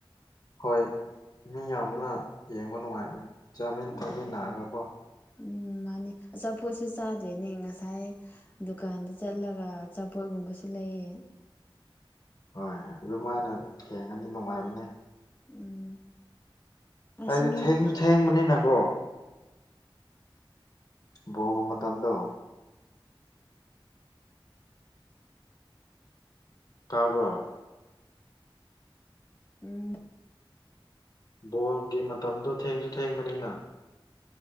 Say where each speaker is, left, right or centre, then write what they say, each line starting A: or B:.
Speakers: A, on the left; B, on the left.
A: ꯍꯣꯏ ꯃꯤ ꯌꯥꯝꯃꯒ ꯌꯦꯡꯕ ꯅꯨꯡꯉꯥꯏꯕꯅꯦ ꯆꯥꯃꯤꯟ
B: ꯎꯝ
A: ꯊꯥꯛꯃꯤꯟꯅꯔꯒꯀꯣ
B: ꯎꯝ ꯃꯥꯅꯤ ꯑꯆꯥꯄꯣꯠꯁꯨ ꯆꯥꯗꯣꯏꯅꯦ ꯉꯁꯥꯏ ꯗꯨꯀꯥꯟꯗ ꯆꯠꯂꯒ ꯑꯆꯥꯄꯣꯠꯒꯨꯝꯕꯁꯨ ꯂꯩꯌꯦ
A: ꯍꯣꯏ ꯑꯗꯨꯃꯥꯏꯅ ꯊꯦꯡꯉꯗꯤ ꯅꯨꯡꯉꯥꯏꯕꯅꯦ
B: ꯎꯝ ꯑꯁ
A: ꯍꯥꯏꯗꯤ
B: ꯃꯤ
A: ꯊꯦꯡꯁꯨ ꯊꯦꯡꯕꯅꯤꯅꯀꯣ ꯕꯣꯜ ꯃꯇꯝꯗꯣ ꯇꯥꯕ꯭ꯔꯣ
B: ꯎꯝ
A: ꯕꯣꯜꯒꯤ ꯃꯇꯝꯗꯣ ꯊꯦꯡꯁꯨ ꯊꯦꯡꯕꯅꯤꯅ